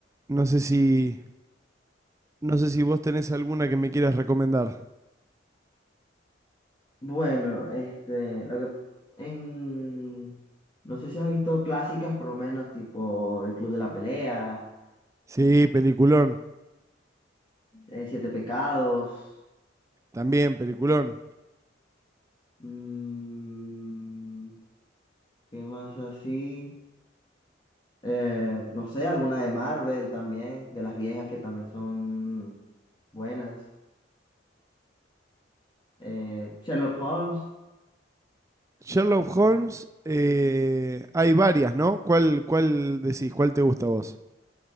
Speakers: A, on the right (about 15°); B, on the left (about 25°).
A: No sé si, no sé si vos tenés alguna que me quieras recomendar.
B: Bueno, este, lo que en no sé si has visto clásicas, por lo menos, tipo El Club de la Pelea.
A: Sí, peliculón.
B: eh, Siete Pecados.
A: También, peliculón.
B: mm, ¿qué más así? Eh, no sé, alguna de Marvel también, de las viejas que también son buenas. Eh, Sherlock Holmes.
A: Sherlock Holmes, eh, hay varias, ¿no? ¿Cuál, cuál decís? ¿Cuál te gusta a vos?